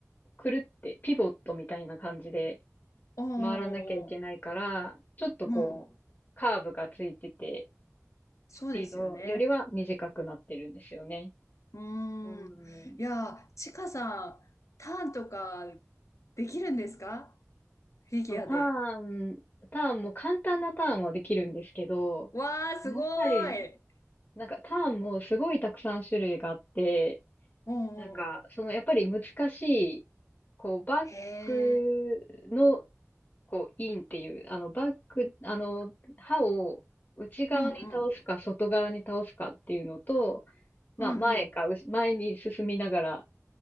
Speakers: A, on the left (about 35°); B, on the left (about 75°).
A: くるってピボットみたいな感じで
B: おーお
A: 回らなきゃいけないから、
B: ーおー
A: ちょっとこう、
B: うん。
A: カーブがついてて、
B: そうですよね。
A: スピードよりは短くなってるんですよね。
B: うーん。
A: うん。
B: いやー、ちかさん、ターンとかできるんですかフィギュアで。
A: そう、ターン、ターンも簡単なターンはできるんですけど、
B: わあ、すご
A: やっぱり、
B: い。
A: なんかターンもすごいたくさん種類があって、
B: うんうん。
A: なんか、そのやっぱり難しい、こう、バックの、
B: へえ。
A: こう、インっていう、あの、バック、あの、刃を内側に倒すか外側に倒すかっていうのと、
B: うんうん。
A: まあ、
B: うんうん。
A: 前か、うし前に進みながら